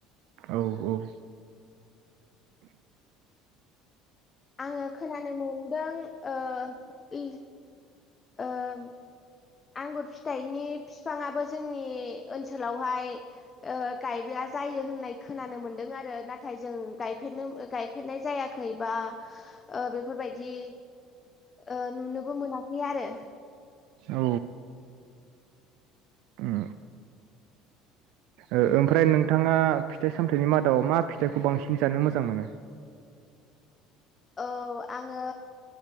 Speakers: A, on the right; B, on the left.
A: औ औ
B: आङो खोनानो मोनदों ओ ओम आंगुर फिथाइनि फिफाङाबो जोंनि ओनसोलावहाय ओ गायब्ला जायो होननाय खोनानो मोनदों आरो नाथाय जों गायफेरनो गायफेरनाय जायाखै बा ओ बेफोरबायदि ओ नुनोबो मोना खै आरो
A: औ उम ओ ओमफ्राय नोंथाङा फिथाइ सामथायाइनि मादाव मा फिथाइखौ बांसिन जानो मोजां मोनो?
B: औ आङो